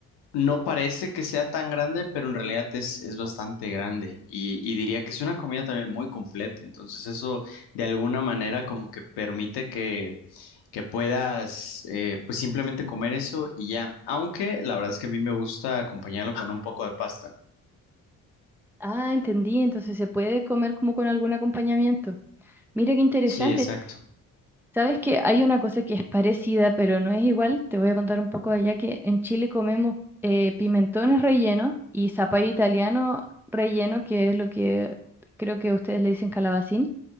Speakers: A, on the left; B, in the centre.
A: no parece que sea tan grande, pero en realidad es, es bastante grande. Y, y diría que es una comida también muy completa. Entonces eso de alguna manera como que permite que, que puedas eh, pues simplemente comer eso y ya. Aunque la verdad es que a mí me gusta acompañarlo con un poco de pasta.
B: Ah, entendí, entonces se puede comer como con algún acompañamiento. Mira qué interesante,
A: Sí, exacto.
B: Sabes que hay una cosa que es parecida, pero no es igual. Te voy a contar un poco allá que en Chile comemos eh, pimentones rellenos y zapallo italiano relleno, que es lo que creo que ustedes le dicen calabacín.